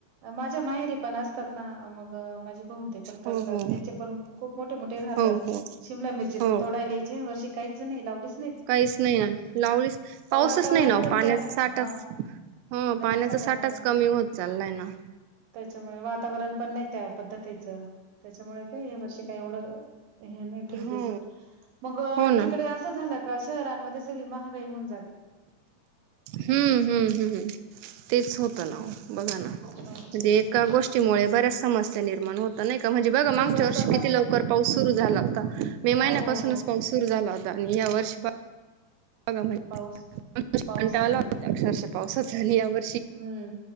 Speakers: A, on the right (about 70°); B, on the right (about 85°).
A: माझ्या माहेरी पण असतात ना मग माझ्या- पण करतात
B: हो हो
A: त्यांचे पण खूप मोठे मोठे राहतात
B: हो हो
A: शिमला मिरची
B: हो
A: तर तोडायलाची या वर्षी काहीच नाही राही! लावलीस -
B: काहीच नाही ना लावलीस पाऊसच
A: वातावरण
B: नाही नव
A: पण
B: पाण्याचा
A: त्या
B: साठाच
A: हां.
B: अ पाण्याचा
A: साठा
B: साठाच
A: ना वा
B: कमी होत चाललाय ना!
A: त्याच्यामुळे वातावरण- पण नाही त्या पद्धतीचं! त्याच्यामुळे काय या वर्षी काय एवढं! हे नाही ठीक
B: हो
A: दिसत मग
B: हो ना
A: तिकडे असं झाला. शहरांमध्ये सगळी महागाई होऊन जा!
B: हम्म हम्म हम्म तेच होतं ना ओ बघा! म्हणजे
A: मग तेच
B: एका
A: ना
B: गोष्टीमुळे बऱ्याच समस! च निर्माण होत. नाही का म्हणजे बघा
A: खूपच
B: मागच्या वर्षी
A: समस्या
B: किती लवकर
A: ना
B: पाऊस सुरू झाला होता मे
A: हो
B: महिन्यापासूनच
A: हो हो
B: पाऊस सुरू झाला होता आणि या वर्षी! बा <unintelligible> मागच्या
A: पाऊस
B: वर्षी
A: पाऊस
B: कंटाळा
A: नाही
B: आला होता अक्षरशा - पाऊसा झाल्यावर!
A: हम्म